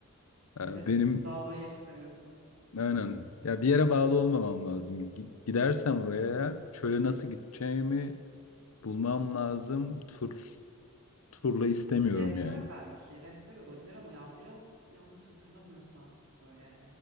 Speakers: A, on the left (about 80°); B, on the right (about 70°).
A: Ee,
B: Evet.
A: Benim
B: Dağ bayır seviyorsun.
A: aynen ya bir yere bağlı olmamam lazım. Gi- Gidersem oraya eğer çöle nasıl gideceğimi bulmam lazım. Tur turla istemiyorum
B: Rehber
A: yani.
B: belki, rehber olabilir ama ya biraz yanlış hatırlamıyorsam böyle